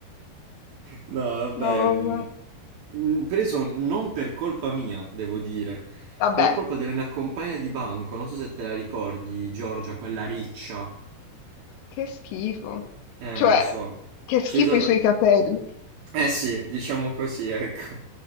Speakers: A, on the right; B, on the left.
A: No, vabbè,
B: No, vabbè.
A: mh, mh, preso non per colpa mia, devo dire,
B: Vabbè,
A: per colpa della mia compagna di banco, non so se te la ricordi, Giorgia, quella riccia.
B: che schifo.
A: Eh,
B: Cioè,
A: lo so.
B: che schifo
A: C'è stato.
B: i suoi capelli.
A: Eh sì, diciamo così, ecco.